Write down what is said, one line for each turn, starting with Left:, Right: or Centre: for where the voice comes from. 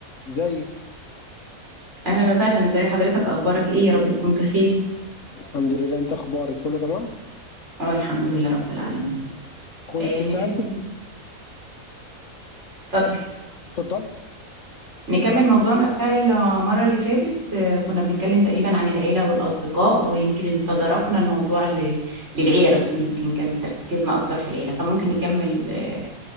Left: زيك
Right: اهلا وسهلا ازي حضرتك اخبارك ايه يا رب تكون بخير
Left: الحمد لله انت اخبارك كله تمام
Right: اه الحمد لله رب العالمين
Left: كنت
Right: آه نكمل
Left: سألتك
Right: اتفضل
Left: اتفضلي
Right: نكمل موضوعنا بتاع المره اللي فاتت آه كنا بنتكلم تقريبا عن العيله والاصدقاء ويمكن إن تداركنا الموضوع ل... للعيله بس يمكن كان تركيزنا اكتر في العيله فممكن نكمل آه